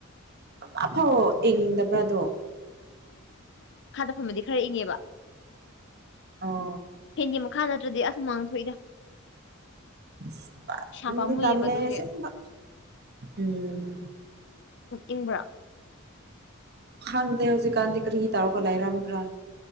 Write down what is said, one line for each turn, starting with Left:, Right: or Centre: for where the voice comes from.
Right: ꯑꯃ ꯐꯥꯎ ꯏꯪꯗꯕꯔ ꯗꯨ
Left: ꯃꯐꯝꯃꯗꯤ ꯈꯔ ꯏꯪꯉꯦꯕ
Right: ꯑꯣ
Left: ꯐꯦꯟꯒꯤ ꯃꯈꯥ ꯅꯠꯇ꯭ꯔꯗꯤ ꯑꯁ ꯍꯨꯃꯥꯡ ꯊꯣꯛꯏꯗ
Right: ꯑꯁ
Left: ꯄꯩꯁꯥ
Right: ꯇꯜꯗꯤ
Left: ꯄꯥꯝꯃꯨꯏꯌꯦꯕ
Right: ꯇꯜꯂꯦ
Left: ꯑꯗꯨꯒꯤ
Right: ꯑꯁꯦꯡꯕ ꯎꯝ
Left: ꯏꯪꯕ꯭ꯔ
Right: ꯈꯪꯗꯦ ꯍꯧꯖꯤꯛꯀꯥꯟꯗꯤ ꯀꯔꯤ ꯇꯧꯔꯒ ꯂꯩꯔꯝꯕ꯭ꯔ